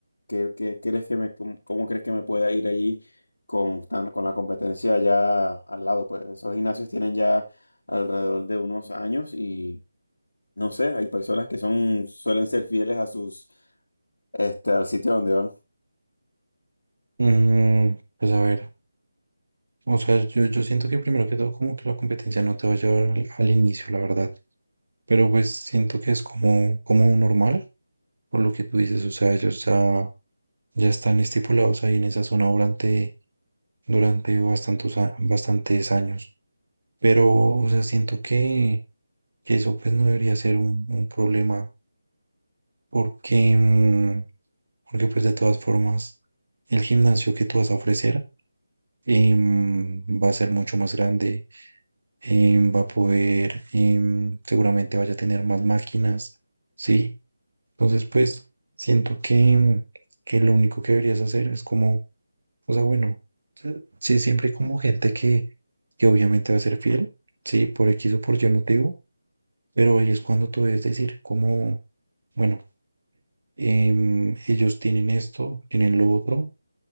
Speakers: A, on the left; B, on the right.
A: ¿qué, qué crees que me, cómo, cómo crees que me pueda ir allí con, tan- con la competencia ya al lado? Pues esos gimnasios tienen ya alrededor de unos años y no sé, hay personas que son, suelen ser fieles a sus, este, al sitio donde van.
B: Mm, pues a ver, o sea, yo, yo siento que primero que todo como que la competencia no te va a llevar al, al inicio, la verdad. Pero pues siento que es como, como normal, por lo que tú dices, o sea, ellos ya, ya están estipulados ahí en esa zona durante, durante bastantes, a- bastantes años. Pero, o sea, siento que, que eso pues no debería ser un, un problema porque, mm, porque pues de todas formas el gimnasio que tú vas a ofrecer em, va a ser mucho más grande, em, va a poder, em, seguramente vaya a tener más máquinas, ¿sí? Entonces pues siento que, que lo único que deberías hacer es como, o sea, bueno, se- sí, siempre hay como gente que, que obviamente va a ser fiel, ¿sí? Por X o por Y motivo, pero ahí es cuando tú debes decir como, bueno, em, ellos tienen esto, tienen lo otro,